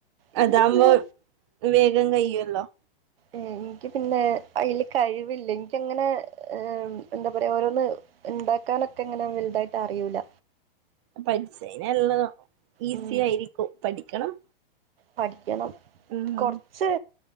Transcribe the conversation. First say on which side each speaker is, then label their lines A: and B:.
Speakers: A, on the right; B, on the right.
A: എനിക്ക്
B: അതാവുമ്പോ
A: പിന്നെ
B: വേഗം കയ്യൊല്ലോ
A: എനിക്ക് പിന്നെ അയ്ൽ കഴിവില്ല എനിക്കങ്ങനെ എന്താ പറയാ ഓരോന്ന് ഉണ്ടാക്കാനൊക്കെ ഇങ്ങനെ വലുതായിട്ട് അറിയൂല്ല
B: പഠിച്ചയ്ഞ എല്ല ഈസി
A: ഉം,
B: ആയിരിക്കും പഠിക്കണം
A: പഠിക്കണം
B: ഉം
A: കൊർച്ച്